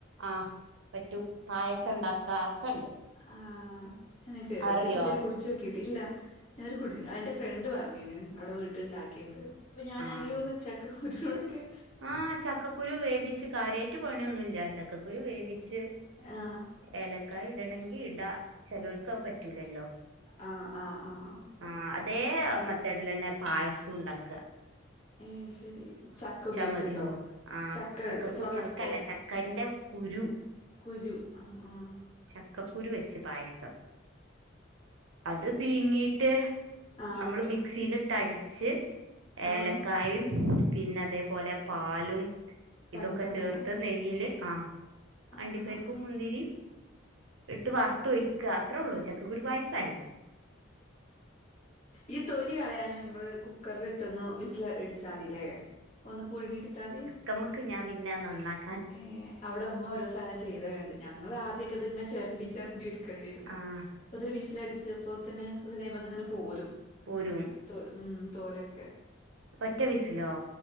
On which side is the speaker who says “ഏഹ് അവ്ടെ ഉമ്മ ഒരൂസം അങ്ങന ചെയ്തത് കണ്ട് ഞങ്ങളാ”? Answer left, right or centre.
Left